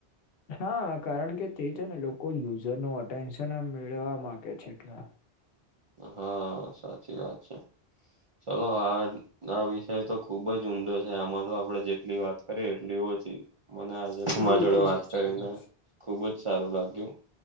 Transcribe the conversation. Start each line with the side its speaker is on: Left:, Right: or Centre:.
Left: હા કારણ કે તે છે ને લોકો યુઝર ન અટેન્શન આમ મેળવા માંગે છે એટલા
Right: હા સાચી વાત છે. ચલો આ આ વિષય તો ખુબ જ ઊંડો છે આમાં તો આપડે જેટલી વાત કરીએ એટલી ઓછી મને આજે તુંમા
Left: બિલકુલ
Right: જોડે વાત
Left: સાચું
Right: કરીને.
Left: કીધું
Right: ખુબ જ સારું લાગ્યું